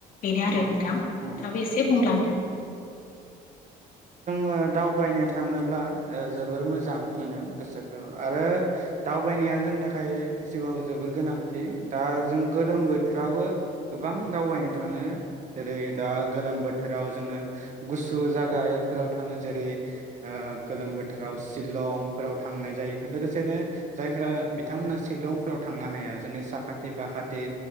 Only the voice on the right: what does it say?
औ
औ
ङो दावबायनो थाङोब्ला ओ जोबोर मोजां मोनो गोसोखौ आरो दावबायनाया जोंनि थाखाय जिउआव जोबोर गोनांथि दा जों गोरोम बोथोराववो गोबां दावबायनो थाङो जेरै दा गोलोम बोथोराव जोंनो गुसु जागाफोराव थाङो जेरै गोलोम बोथोराव शिलंफोराव थांनाय जायो लोगोसेनो जायफ्रा बिथांमोना शिलंफोराव थांनो हाया जोंनि साखाथि फाखाथि